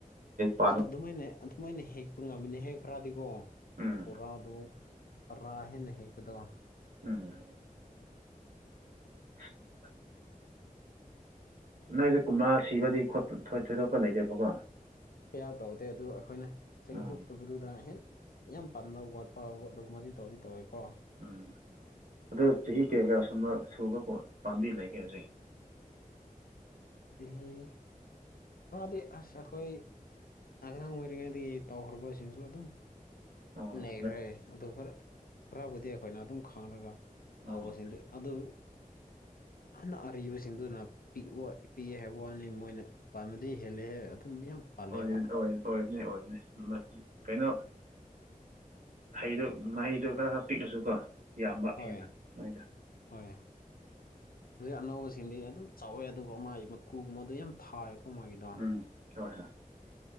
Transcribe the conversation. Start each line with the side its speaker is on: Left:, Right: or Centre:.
Right: ꯍꯦꯛ ꯄꯥꯟꯕ
Left: ꯑꯁ ꯑꯗꯨꯃꯥꯏꯅ ꯑꯗꯨꯃꯥꯏꯅ ꯍꯦꯛꯄ ꯉꯝꯃꯅꯤ ꯍꯦꯛꯈ꯭ꯔꯗꯤꯀꯣ
Right: ꯎꯝ
Left: ꯕꫭꯔꯥꯗꯣ ꯇꯔꯥ ꯍꯦꯟꯅ ꯍꯦꯛꯄꯗꯣ
Right: ꯎꯝ <unintelligible> ꯅꯣꯏꯗ ꯀꯨꯝꯂꯥ ꯁꯤꯕꯗꯤ ꯊꯣꯏꯗꯣꯛꯄ ꯂꯩꯇ‌ꯦꯕꯀꯣ
Left: ꯀꯌꯥ ꯇꯧꯗꯦ ꯑꯗꯨ ꯑꯩꯈꯣꯏꯅ ꯁꯦꯡꯊꯣꯛꯇꯕꯗꯨꯗ
Right: ꯎꯝ
Left: ꯍꯦꯟ ꯌꯥꯝ ꯄꯥꯝꯅꯕ ꯋꯥꯠꯄ ꯑꯗꯨꯒꯨꯝꯕꯗꯤ ꯇꯧꯗꯤ ꯇꯧꯋꯦꯀꯣ
Right: ꯎꯝ ꯑꯗꯨ ꯆꯍꯤ ꯀꯌꯥ ꯀꯌꯥ ꯁꯨꯝꯕ ꯁꯨꯕ ꯄꯥꯝꯕꯤ ꯂꯩꯒꯦ ꯍꯧꯖꯤꯛ
Left: ꯆꯍꯤ ꯈꯔꯗꯤ ꯑꯁ ꯑꯩꯈꯣꯏ ꯑꯉꯥꯡ ꯑꯣꯏꯔꯤꯉꯩꯗꯒꯤ ꯇꯧꯈ꯭ꯔꯕꯁꯤꯡꯁꯨ ꯑꯗꯨꯝ
Right: ꯑꯣ
Left: ꯂꯩꯈ꯭ꯔꯦ ꯑꯗꯨꯒ ꯈꯔ ꯈꯔꯕꯨꯗꯤ ꯑꯩꯈꯣꯏꯅ ꯑꯗꯨꯝ ꯈꯪꯔꯒ
Right: ꯑꯣ
Left: ꯇꯧꯕꯁꯤꯡꯗꯤ ꯑꯗꯨ
Right: <unintelligible>
Left: ꯑꯅ <unintelligible> ꯑꯔꯤꯕ ꯁꯤꯗꯨꯨꯅ ꯄꯤꯛ ꯄꯤꯛꯑꯦ ꯍꯥꯏꯕ ꯋꯥꯅꯤ ꯃꯣꯏꯅ ꯄꯥꯟꯕꯥꯗꯤ ꯍꯦꯜꯂꯦꯍꯦꯛ ꯑꯗꯨꯝ ꯌꯥꯝ ꯄꯥꯜꯂꯦꯕ
Right: ꯑꯣꯏ ꯑꯣꯏ ꯑꯣꯏꯕꯅꯤ ꯑꯣꯏꯕꯅꯤ ꯀꯩꯅꯣ ꯍꯩꯗꯣ ꯃꯍꯩꯗꯣ ꯈꯔ ꯈꯔ ꯄꯤꯛꯂꯁꯨꯀꯣ ꯌꯥꯝꯕ
Left: ꯍꯣꯏ
Right: ꯍꯦꯟꯅ ꯅꯣꯏꯗ
Left: ꯍꯣꯏ ꯍꯧꯖꯤꯛ ꯑꯅꯧꯕꯁꯤꯡꯗꯤ ꯑꯗꯨꯝ ꯆꯥꯎꯋꯦ ꯑꯗꯨꯒ ꯃꯥꯒꯤ ꯃꯀꯨꯒꯨꯝꯕꯗ ꯌꯥꯝ ꯊꯥ ꯑꯛ ꯀꯨꯝꯍꯩꯗꯣ
Right: ꯎꯝ ꯍꯣꯏ ꯍꯣꯏ